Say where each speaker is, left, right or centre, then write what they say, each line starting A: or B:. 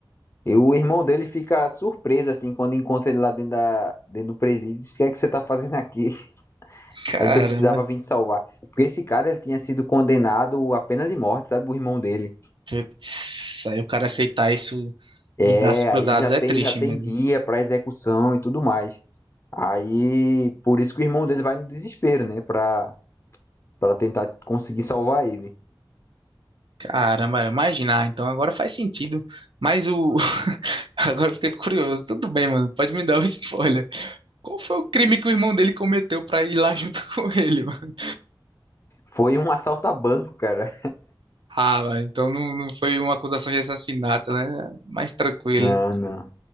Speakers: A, on the left (about 30°); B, on the right (about 70°).
A: E o irmão dele fica surpreso, assim, quando encontra ele lá dentro, da, dentro do presídio. Diz, O que é que você tá fazendo aqui? <laughs>
B: Caramba.
A: Aí diz, eu precisava vir te salvar. Porque esse cara, ele tinha sido condenado à pena de morte, sabe? O irmão dele.
B: Putz, aí o cara aceitar isso
A: É,
B: De braços cruzados
A: aí ele já tem,
B: é triste
A: já tem
B: mesmo.
A: dia pra execução e tudo mais. Aí, por isso que o irmão dele vai no desespero, né? Pra, pra tentar conseguir salvar ele.
B: Caramba, eu imaginar. Então agora faz sentido. Mas o. <laughs> Agora eu fiquei curioso. Tudo bem, mano. Pode me dar o spoiler. Qual foi o crime que o irmão dele cometeu pra ir lá junto <laughs> com ele, mano?
A: Foi um <laughs> assalto a banco, cara.
B: Ah, mas então não, não foi uma acusação de assassinato, né? Mais tranquilo.
A: Não, não.